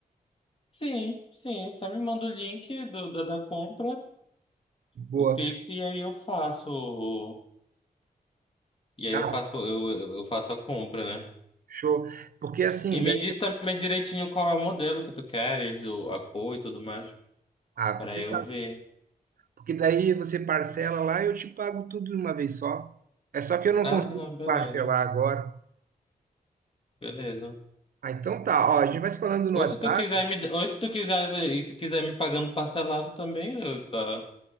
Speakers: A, on the left (about 35°); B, on the right (about 70°).
A: Sim, sim. Só me manda o link do, da, da compra,
B: Boa.
A: o Pix, e aí eu faço. o- E aí
B: Ah,
A: eu faço, eu, eu eu faço a compra, né?
B: show. Porque assim,
A: E me
B: daí,
A: diz também direitinho qual é o modelo que tu queres, o, a cor e tudo mais,
B: ah,
A: para
B: fechado.
A: eu ver.
B: Porque daí você parcela lá e eu te pago tudo de uma vez só. É só que eu não
A: Ah,
B: consigo
A: não, beleza,
B: parcelar agora.
A: beleza.
B: Ah, então tá. Ó, a gente vai se falando no
A: Ou
B: WhatsApp.
A: se tu quiser me, ou se tu quiser, e se quiser me pagando parcelado também, eu- tá,